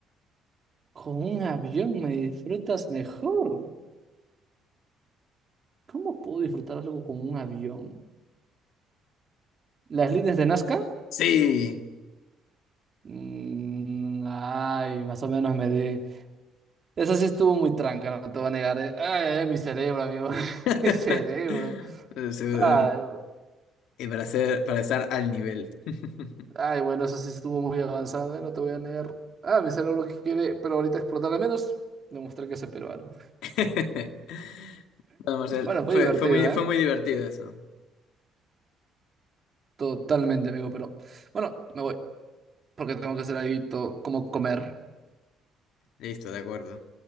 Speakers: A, on the right; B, on the left.
A: Con un avión me disfrutas mejor. ¿Cómo puedo disfrutar algo con un avión? ¿Las líneas de Nazca?
B: Sí.
A: Mm, ay, más o menos me di. Esa sí estuvo muy tranca, no te voy a negar. eh. Ay, ay, mi cerebro, amigo. <laughs>
B: <laughs>
A: Mi cerebro.
B: Eh, sí, eh,
A: Ay.
B: Y para ser, para estar al nivel. <laughs>
A: Ay, bueno, eso sí estuvo muy avanzado, ¿eh? No te voy a negar. Ah, mi cerebro que quiere, pero ahorita explotar al menos, demostrar que soy peruano.
B: <laughs> Bueno, Marcial,
A: Bueno, fue
B: fue,
A: divertido,
B: fue muy, fue
A: ¿eh?
B: muy divertido eso.
A: Totalmente, amigo, pero bueno, me voy, porque tengo que hacer algo como comer.
B: Listo, de acuerdo.